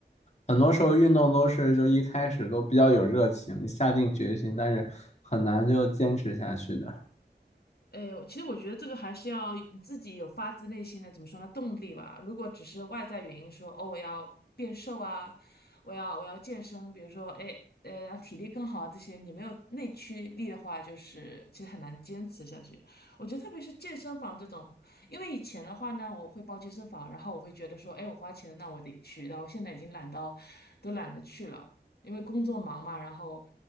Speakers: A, on the left; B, on the left.
A: 很多时候运动都是就一开始都比较有热情，下定决心，但是很难就坚持下去的。
B: 哎，我其实我觉得这个还是要你自己有发自内心的，怎么说呢，动力吧。如果只是外在原因说，哦，我要变瘦啊，我要我要健身，比如说，哎，呃，让体力更好啊，这些你没有内驱力的话，就是其实很难坚持下去。我觉得特别是健身房这种，因为以前的话呢，我会报健身房，然后我会觉得说，哎，我花钱，那我得去，然后现在已经懒到都懒得去了。因为工作忙嘛，然后，